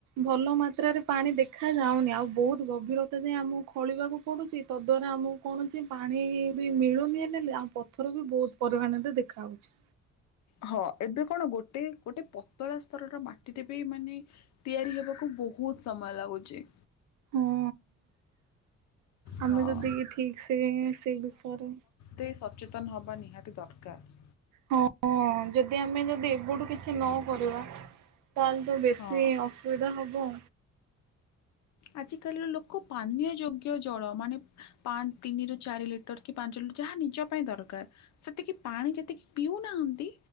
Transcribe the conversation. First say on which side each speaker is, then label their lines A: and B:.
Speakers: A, on the right; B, on the left.
A: ଭଲ ମାତ୍ରାରେ ପାଣି ଦେଖା ଯାଉନି ଆଉ ବହୁତ ଗଭୀରତା ଯାଏ ଆମ ଖଳିବାକୁ ପଡୁଛି ତ ଦ୍ୟାରା ଆମ କୌଣସି ପାଣି ବି ମିଳୁନି ହେଁଲେ ପଥର କୁ ବହୁତ ପରିମାଣରେ ଦେଖାହଉଚି।
B: ହଁ ଏବେ କଣ ଗୋଟେ ଗୋଟେ ପତଳା ସ୍ତରର ମାଟିରେ ବି ମାନେ ତିଆରି ହେବାକୁ ବହୁତ ସମୟ ଲାଗୁଚି।
A: ହୁଁ
B: ହଁ।
A: ଆମେ ଯଦି ଠିକ ସେ ସେଇ ବିଷରେ
B: ତେ ସଚେତନ ହେବା ନିହାତି ଦରକାର।
A: ହଁ ଯଦି ଆମେ ଯଦି ଏବଠୁ କିଛି ନ କରିବା ତାହେଲେ ତ ବେଶୀ
B: ହଁ।
A: ଅ ସୁଦା ହବ।
B: ଆଜ କାଲିର ଲୋକ ପାନୀୟ ଯୋଗ୍ୟ ଜଳ ମାନେ ପାଞ୍ଚ ତିନିରୁ ଚାରି ଲିଟର କି ପାଞ୍ଚ ଲି ଯାହା ନିଜ ପାଇଁ ଦରକାର ସେତିକି ପାଣି ଯେତିକି ପିଉନାହାନ୍ତି